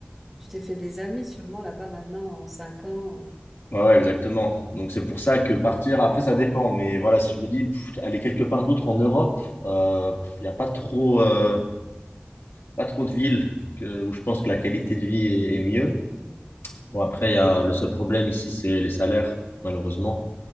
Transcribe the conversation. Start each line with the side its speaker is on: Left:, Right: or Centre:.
Centre: tu t'es fait des amis sûrement là-bas maintenant en cinq ans. euh.
Left: Ouais, ouais, exactement. Donc c'est pour ça que partir, après ça dépend, mais voilà, si je me dis pff, aller quelque part d'autre en Europe, euh, pff, il n'y a pas trop, euh, pas trop de villes que- où je pense que la qualité de vie est, est mieux. Bon, après, il y a, le seul problème ici, c'est les salaires, malheureusement.